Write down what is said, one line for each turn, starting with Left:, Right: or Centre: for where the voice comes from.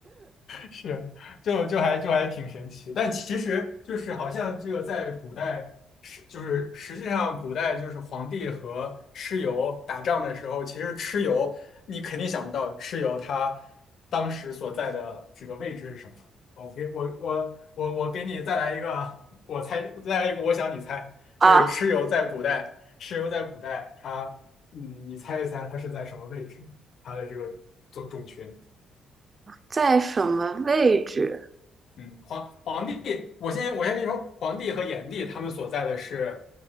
Left: 是，就就还就还挺神奇，但其实就是好像这个在古代是就是实际上古代就是皇帝和蚩尤打仗的时候，其实蚩尤你肯定想不到蚩尤他当时所在的这个位置是什么。我给我我我我给你再来一个，我猜再来一个，我想你猜，
Right: <laughs>
Left: 就是蚩尤在古代，
Right: 啊，
Left: 蚩尤在古代他嗯，你猜一猜他是在什么位置？他的这个种种群。
Right: 在什么位置？
Left: 嗯，皇皇帝，我先我先跟你说，皇帝和炎帝他们所在的是